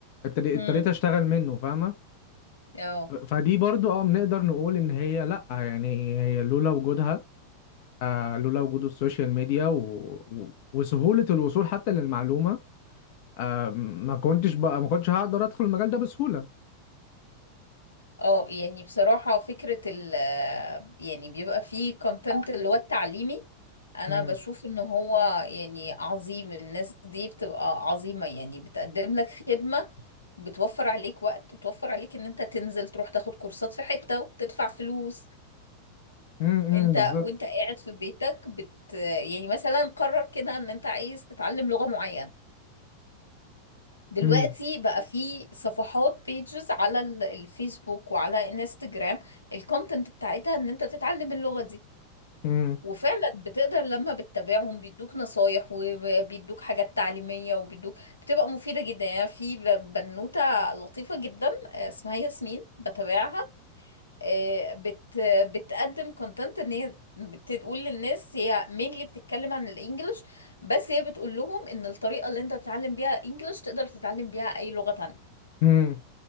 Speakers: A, on the left; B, on the left.
A: ابتدي-
B: امم
A: ابتديت اشتغل منه فاهمة؟
B: اه
A: فدي برضو اه بنقدر نقول ان هي لا يعني هي لولا وجودها آه لولا وجود السوشيال ميديا و... و... وسهولة الوصول حتى للمعلومة آه ما كنتش بقى ما كنتش هقدر ادخل المجال ده بسهولة
B: اه يعني بصراحة فكرة ال يعني بيبقى فيه كونتنت اللي هو التعليمي انا
A: امم
B: بشوف ان هو يعني عظيم الناس دي بتبقى عظيمة يعني بتقدم لك خدمة بتوفر عليك وقت وتوفر عليك ان انت تنزل تروح تاخد كورسات في حتة وتدفع فلوس
A: امم
B: انت
A: بالظبط
B: وانت قاعد في بيتك بت يعني مثلا قرر كده ان انت عايز تتعلم لغة معينة دلوقتي
A: امم
B: بقى في صفحات بيجز على ال- الفيسبوك وعلى انستجرام الكونتنت بتاعتها ان انت تتعلم اللغة دي
A: امم
B: وفعلا بتقدر لما بتتابعهم بيدوك نصايح وبيدوك حاجات تعليمية وبيدوك بتبقى مفيدة جدا يعني في ب- بنوتة لطيفة جدا آه، اسمها ياسمين بتابعها آه، بت بتقدم كونتنت ان هي بتقول للناس هي مينلي بتتكلم عن الانجليش بس هي بتقول لهم ان الطريقة اللي انت تتعلم بيها انجليش تقدر تتعلم بيها اي لغة تانية
A: امم